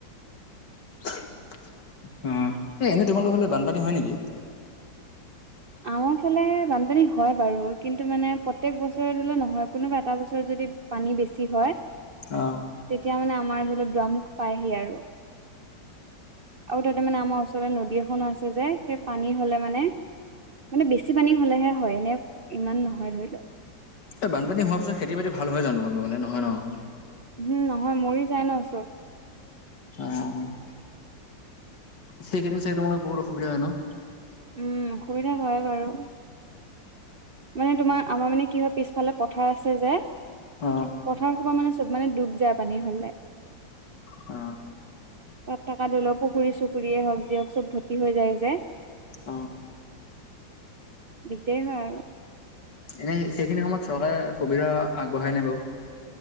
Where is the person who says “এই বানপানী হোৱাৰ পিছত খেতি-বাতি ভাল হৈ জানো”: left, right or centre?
Left